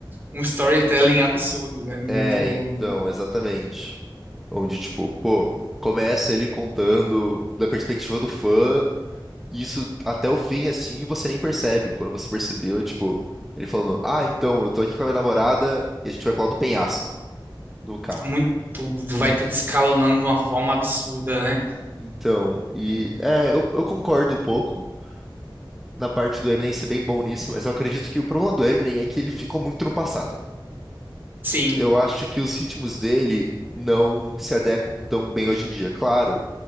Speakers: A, on the right (about 25°); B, in the centre.
A: um storytelling absurdo, é muito
B: É,
A: boa,
B: então, exatamente. Onde, tipo, pô, começa ele contando da perspectiva do fã E isso até o fim, assim, e você nem percebe. Quando você percebeu, é tipo, ele falando: Ah, então, eu tô aqui com a minha namorada e a gente vai pro lado do penhasco do carro.
A: muito vai tudo escalonando de uma forma absurda, né?
B: Então, e é, eu, eu concordo um pouco na parte do Eminem ser bem bom nisso, mas eu acredito que o problema do Eminem é que ele ficou muito no passado.
A: Sim,
B: Eu acho que os ritmos dele não se adequam tão bem hoje em dia. Claro,